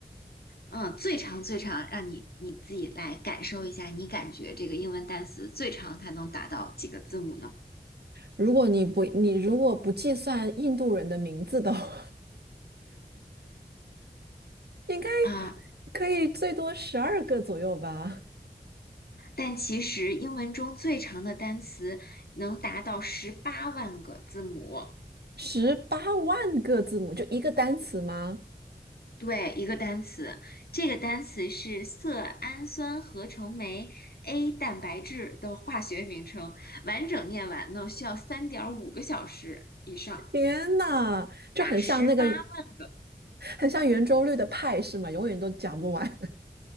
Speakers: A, on the left; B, on the right.
A: 嗯，最长最长，让你你自己来感受一下，你感觉这个英文单词最长它能达到几个字母呢？
B: 如果你不，你如果不计算印度人的名字的话，<laughs> 应该
A: 啊、
B: 可以最多十二个左右吧。
A: 但其实英文中最长的单词能达到十八万个字母。
B: 十八万个字母就一个单词吗？
A: 对，一个单词，这个单词是色氨酸合成酶 A 蛋白质的化学名称，完整念完呢需要三点五个小时以上，
B: 天呐，就很像那个，
A: 达十八万。个。
B: 很像圆周率的派是吗？永远都讲不完。<laughs>